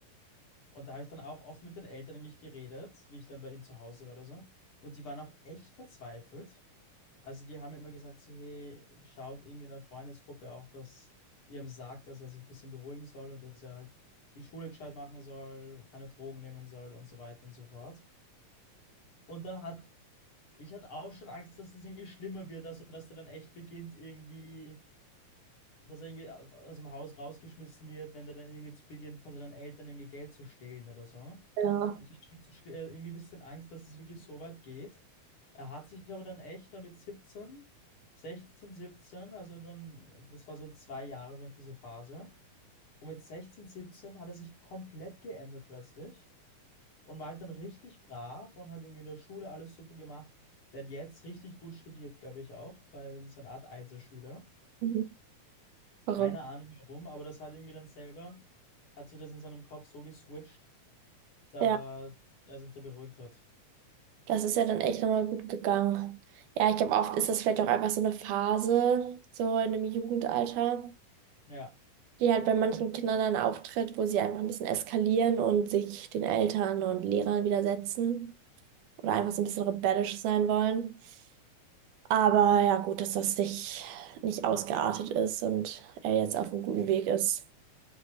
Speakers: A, on the left (about 50°); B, on the right (about 80°).
A: Und da habe ich dann auch oft mit den Eltern eigentlich geredet, wie ich dann bei ihm zu Hause war oder so. Und die waren auch echt verzweifelt. Also die haben mir immer gesagt, so, hey, schaut irgendwie in der Freundesgruppe auch, dass ihr ihm sagt, dass er sich ein bisschen beruhigen soll und dass er halt die Schule gescheit machen soll, keine Drogen nehmen soll und so weiter und so fort. Und dann hat Ich hatte auch schon Angst, dass das irgendwie schlimmer wird, also dass der dann echt beginnt, irgendwie, dass er irgendwie aus dem Haus rausgeschmissen wird, wenn der dann irgendwie zu- beginnt, von seinen Eltern irgendwie Geld zu stehlen oder so.
B: ja.
A: Ich hatte schon so schl- äh, irgendwie ein bisschen Angst, dass es wirklich so weit geht. Er hat sich aber dann echt dann mit 17, 16, 17, also dann, das war so zwei Jahre vielleicht diese Phase. Und mit 16, 17 hat er sich komplett geändert plötzlich und war halt dann richtig brav und hat irgendwie in der Schule alles super gemacht. Der hat jetzt richtig gut studiert, glaube ich auch, weil so eine Art Einserschüler.
B: Mhm. Verrückt.
A: Keine Ahnung warum, aber das hat irgendwie dann selber, hat sich das in seinem Kopf so geswitcht, dass
B: Ja,
A: er sich da beruhigt hat.
B: das ist ja dann echt nochmal gut gegangen. Ja, ich glaube, oft ist das vielleicht auch einfach so eine Phase, so in einem Jugendalter.
A: Ja,
B: die halt bei manchen Kindern dann auftritt, wo sie einfach ein bisschen eskalieren und sich den Eltern und Lehrern widersetzen oder einfach so ein bisschen rebellisch sein wollen. Aber ja, gut, dass das nicht, nicht ausgeartet ist und er jetzt auf einem guten Weg ist.